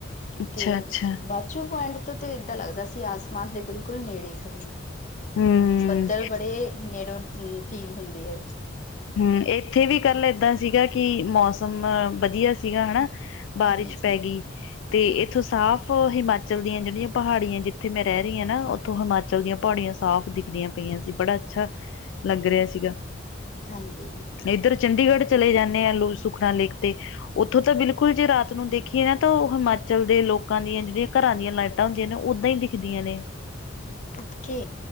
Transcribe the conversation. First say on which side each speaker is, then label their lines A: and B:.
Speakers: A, on the left; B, on the left.
A: ਅੱਛਾ
B: ਤੇ
A: ਅੱਛਾ
B: ਬਾਕੀ। ਪੁਆਇੰਟ ਤੋਂ ਤੇ ਏਦਾਂ ਲੱਗਦਾ ਸੀ ਆਸਮਾਨ ਦੇ ਬਿਲਕੁਲ ਨੇੜੇ ਖੜ੍ਹੇ ਹਾਂ।
A: ਹੂੰ,
B: ਬੱਦਲ ਬੜੇ ਨੇੜੋਂ ਫੀਲ ਹੁੰਦੇ ਹੈ।
A: ਹੂੰ ਇੱਥੇ ਵੀ ਕੱਲ ਏਦਾਂ ਸੀਗਾ ਕਿ ਮੌਸਮ ਵਧੀਆ ਸੀਗਾ ਹਨਾ। ਬਾਰਿਸ਼
B: ਹਾਂਜੀ
A: ਪੈ ਗਈ। ਤੇ ਇੱਥੋਂ ਸਾਫ਼ ਹਿਮਾਚਲ ਦੀਆਂ ਜਿਹੜੀਆਂ ਪਹਾੜੀਆਂ ਜਿੱਥੇ ਮੈਂ ਰਹਿ ਰਹੀ ਹਾਂ ਨਾ ਉੱਥੋਂ ਹਿਮਾਚਲ ਦੀਆਂ ਪਹਾੜੀਆਂ ਸਾਫ਼। ਦਿਖਦੀਆਂ ਪਈਆਂ ਸੀ ਬੜਾ ਅੱਛਾ ਲੱਗ ਰਿਹਾ ਸੀਗਾ।
B: ਹਾਂਜੀ।
A: ਇੱਧਰ ਚੰਡੀਗੜ੍ਹ ਚਲੇ ਜਾਂਦੇ ਆਂ ਲੋ ਸੁਖਨਾ ਲੇਖ 'ਤੇ। ਉੱਥੋਂ ਤਾਂ ਬਿਲਕੁਲ ਜੇ ਰਾਤ ਨੂੰ ਦੇਖੀਏ ਨਾ ਤਾਂ ਉਹ ਹਿਮਾਚਲ ਦੇ ਲੋਕਾਂ ਦੀਆਂ ਜਿਹੜੀਆਂ ਘਰਾਂ ਦੀਆਂ ਲਾਈਟਾਂ। ਲਾਈਟਾਂ ਹੁੰਦੀਆਂ ਨੇ ਉਦਾਂ ਹੀ ਦਿਖਦੀਆਂ ਨੇ।
B: ਓਕੇ